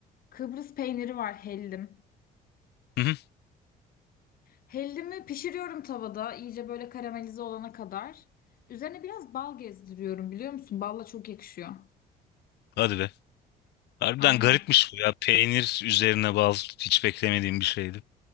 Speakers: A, on the left (about 60°); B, on the left (about 80°).
A: Kıbrıs peyniri var hellim.
B: hı hı.
A: Hellimi pişiriyorum tavada iyice böyle karamelize olana kadar. Üzerine biraz bal gezdiriyorum biliyor musun? Balla çok yakışıyor.
B: Hadi be. Harbiden
A: Aynen.
B: garipmiş bu ya. Peynir üzerine bal hiç beklemediğim bir şeydi.